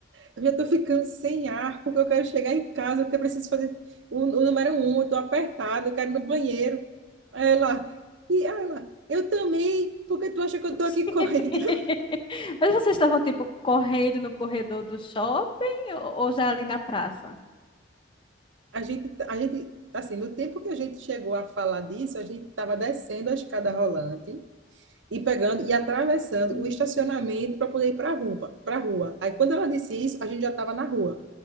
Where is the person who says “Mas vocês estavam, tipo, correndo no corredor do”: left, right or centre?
Left